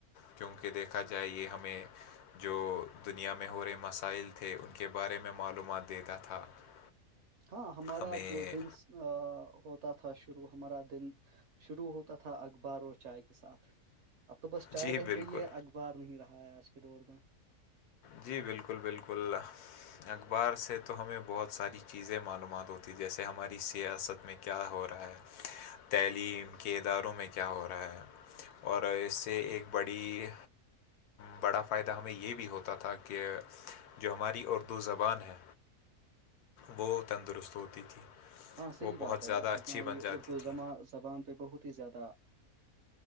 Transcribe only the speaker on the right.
ہاں ہمارا
جو دن ہوتا تھا شروع ہمارا دن شروع ہوتا تھا اخبار اور چائے کے ساتھ اب تو بس چائے
رہ
گئی ہے اخبار نہیں رہا ہے آج کے دور میں
ہاں صحیح
بات
ہے ہماری
اردو
زبان پہ بہت ہی زیادہ